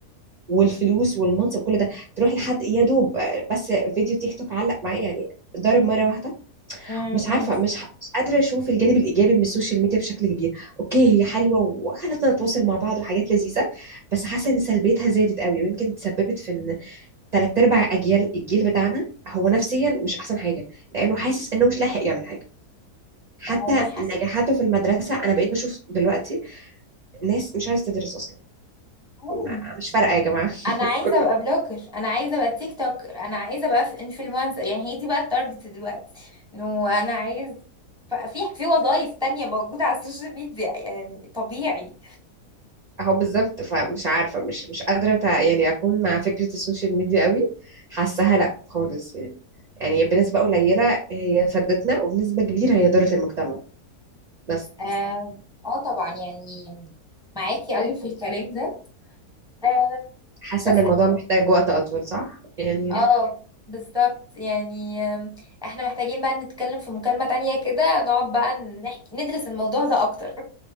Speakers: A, on the right; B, in the centre.
A: والفلوس والمنصب كل ده تروح لحد يا دوب بس فيديو تيك توك علق معايا يعني ضرب مرة واحدة
B: مم.
A: مش
B: مم.
A: عارفة مش ح- مش قادرة أشوف الجانب الإيجابي من السوشيال ميديا بشكل كبير أوكي هي حلوة وخلتنا نتواصل مع بعض وحاجات لذيذة بس حاسة إن سلبيتها زادت قوي ويمكن تسببت في إن تلات أرباع أجيال الجيل بتاعنا هو نفسيا مش أحسن حاجة لأنه حاسس إنه مش لاحق يعمل حاجة حتى
B: آه، ده حق
A: نجاحاته في المدرسة أنا بقيت بشوف دلوقتي ناس مش عايزة تدرس أصلا
B: أيوة.
A: ما- مش فارقة يا جماعة
B: انا عايزه
A: كله
B: ابقى بلوجر انا عايزه ابقى تيك توكر انا عايزه ابقى في انفلونسر يعني هي دي بقى التارجت دلوقتي انه انا عايز ف- في في وظايف تانية موجوده على السوشيال ميديا يعني طبيعي
A: اهو بالظبط فمش عارفة مش مش قادرة تع- يعني اكون مع فكرة السوشيال ميديا قوي حاساها لا خالص يعني يعني بنسبة قليلة هي فادتنا وبنسبة كبيرة هي ضرت المجتمع بس
B: اه آه طبعا يعني معاكي قوي في الكلام ده آه،
A: حاسة
B: بس
A: ان الموضوع محتاج وقت اطول صح يعني
B: اه بالظبط يعني آم، احنا محتاجين بقى نتكلم في مكالمة تانية كده نقعد بقى نحكي ندرس الموضوع ده اكتر